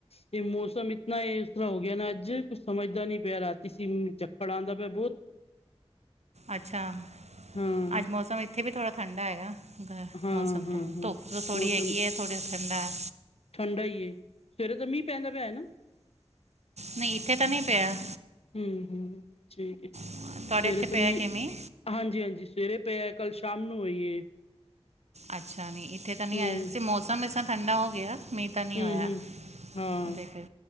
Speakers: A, on the left (about 65°); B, on the right (about 80°).
A: ਤੇ ਮੌਸਮ ਇਤਨਾ ਏਸ ਤਰਾ ਹੋ ਗਿਆ ਨਾ, ਅੱਜ ਕੁਛ ਸਮਝਦਾ ਨੀ ਪਿਆ ਰਾਤੀ ਸੀ ਝੱਖੜ ਆਂਦਾ ਪਿਆ ਬੋਤ।
B: ਅੱਛਾ
A: ਹਾਂ,
B: ਅੱਜ ਮੌਸਮ ਏਥੇ ਵੀ ਥੋੜ੍ਹਾ ਠੰਡਾ ਐਗਾ। ਗ
A: ਹਾਂ,
B: ਮੌਸਮ
A: ਹਾਂ,
B: ਤਾਂ
A: ਹਾਂ
B: ਧੁੱਪ ਥੋੜ੍ਹੀ
A: ਮੌਸਮ
B: ਹੈਗੀ ਏ, ਥੋੜ੍ਹੀ ਠੰਡਾ ਐ।
A: ਠੰਡਾ ਈ ਏ। ਸਵੇਰੇ ਤਾਂ ਮੀਂਹ ਪੈਂਦਾ ਪਿਆ ਹੈ ਨਾ।
B: ਨਈ ਏਥੇ ਤਾਂ ਨੀ ਪਿਆ।
A: ਹੂੰ ਹੂੰ ਠੀਕ ਏ,
B: ਤੁਹਾਡੇ
A: ਸਵੇਰੇ
B: ਇੱਥੇ
A: ਤੇ
B: ਪਿਆ
A: ਮੀਂ
B: ਕਿਵੇਂ
A: ਹਾਂਜੀ ਹਾਂਜੀ ਸਵੇਰੇ ਪਿਆ, ਕੱਲ੍ਹ ਸ਼ਾਮ ਨੂੰ ਹੋਈ ਏ।
B: ਅੱਛਾ ਨੀ ਏਥੇ ਤਾਂ ਨੀ
A: ਹੂੰ,
B: ਆਇਆ ਦਾ ਸੀ, ਮੌਸਮ ਇਸ ਤਰ੍ਹਾਂ ਠੰਡਾ ਹੋ ਗਿਆ। ਮੀਂਹ ਤਾਂ ਨਹੀਂ
A: ਹੂੰ
B: ਹੋਇਆ
A: ਹੂੰ ਹਾਂ
B: ਦੇਖੋ